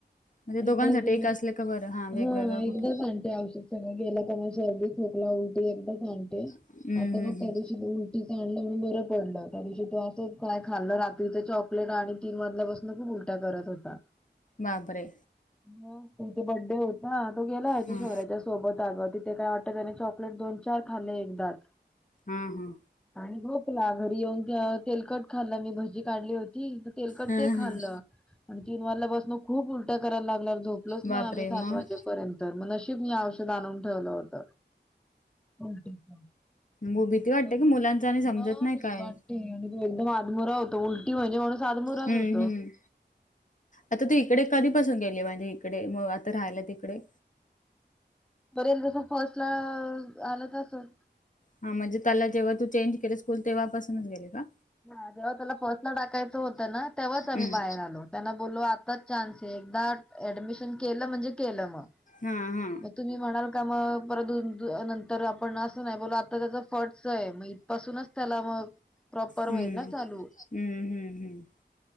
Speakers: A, on the left (about 45°); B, in the centre.
A: म्हणजे दोघांसाठी
B: एकदा गेलो,
A: एक असले का बरं हा वेगवेगळा
B: हं
A: कुठे
B: एकदाच आणते औषध सगळं गेलं की नाय सर्दी खोकला, उलटी एकदाच आणते.
A: हम्म
B: आता
A: हम्म
B: मग त्या
A: हम्म
B: दिवशी त उलटी च आणलं म्हणून बरं पडलं. त्या दिवशी तो असं काय खाल्लं रात्रीच चॉक आणि तीन वाजल्यापासून खूप उलट्या करत होता.
A: बापरे
B: मग तिथं बड्डे होता तो गेला हाच्या
A: हा
B: शौर्यच्या सोबत अगं तिथे काय वाटतं त्याने चॉकलेट दोन चार खाल्ले एकदाच.
A: हां हं.
B: आणि झोपला घरी येऊन त्या तेलकट खाल्ला मी भजी काढली होती तेलकट
A: हम्म
B: ते खाल्लं,
A: हम्म.
B: तीन वाजल्यापासन खूप उलट्या करायला लागला झोपलोच नाही
A: बापरे
B: आम्ही
A: मग
B: सात वाजेपर्यंत. तर मग नशीब मी औषध आणून ठेवलं होत. उलटीच. <unintelligible>
A: मु- भीती वाटते का
B: मग
A: मुलांच आणि समजत नाही
B: भीती
A: काय.
B: वाटते आणि तो एकदम आदमोरा होतो. उल तीन महिने माणूस आद मुराच
A: हम्म
B: होतो.
A: हम्म. आता तू इकडे कधीपसून गेली म्हणजे इकडे मग आता राहायला तिकडे?
B: बरेच <unintelligible> आलंच असलं.
A: हां, म्हणजे पहिला जेव्हा तू चेंज केली स्कूल तेव्हापासूनच गेली का?
B: अगं त्याला फर्सला टाकायचं होतं ना तेव्हाच आम्ही
A: हम्म.
B: बाहेर आलो. त्यांना बोललो आताच चान्स आहे एकदाच ऍडमिशन केलं म्हणजे केलं मग.
A: हां हा.
B: मग तुम्ही म्हणाल का मग परत दोन दिवसा नंतर आपण असं नाही बोलला आता त्याचा फट तय मग इथपासूनच त्याला मगं प्रॉपर होईल
A: हम्म
B: ना चालू.
A: हम्म हम्म हम्म.